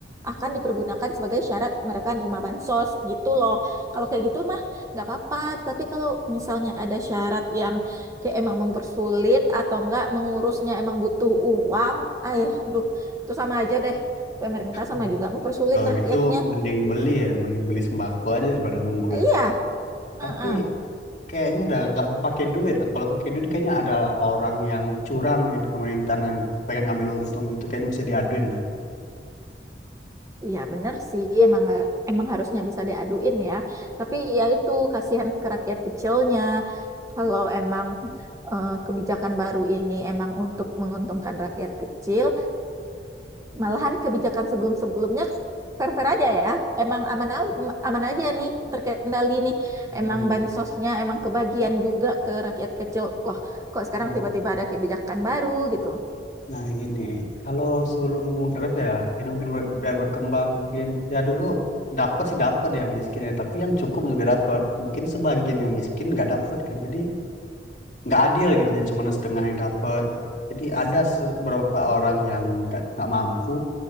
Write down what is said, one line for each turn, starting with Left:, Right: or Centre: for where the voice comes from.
Right: akan dipergunakan sebagai syarat mereka menerima bansos gitu loh. Kalau kayak gitu mah nggak apa-apa. Tapi kalau misalnya ada syarat yang kayak emang mempersulit atau enggak mengurusnya emang butuh uang, ayah, aduh, itu sama aja deh pemerintah
Left: Hmm.
Right: sama juga mempersulit
Left: kalau
Right: rakyatnya.
Left: gitu mending beli ya mending beli sembako aja daripada nunggu
Right: Iya,
Left: ya tapi
Right: uh-uh.
Left: kayaknya udah nggak pakai duit lah kalau pakai duit kayaknya ada orang yang curang ya di pemerintahan yang pengen ngambil untung itu kayaknya bisa diaduin lah
Right: Iya bener sih, emang emang harusnya bisa diaduin ya. Tapi ya itu kasihan ke rakyat kecilnya. Kalau emang eh, kebijakan baru ini emang untuk menguntungkan rakyat kecil, malahan kebijakan sebelum-sebelumnya fair-fair aja ya. Emang aman aman aja nih, terkendali nih.
Left: Hmm.
Right: Emang bansosnya emang kebagian juga ke rakyat kecil. Wah, kok sekarang
Left: Nah,
Right: tiba-tiba ada kebijakan baru gitu.
Left: Nah gini, kalau sebelum mungkin apa ya, ini mungkin ber- biar berkembang mungkin ya dulu dapat sih dapat yang miskin ya, tapi yang cukup juga dapat. Mungkin sebagian yang miskin nggak dapat kan, jadi nggak adil gitu, jadi cuma setengah yang dapat. Jadi ada se- beberapa orang yang nggak nggak mampu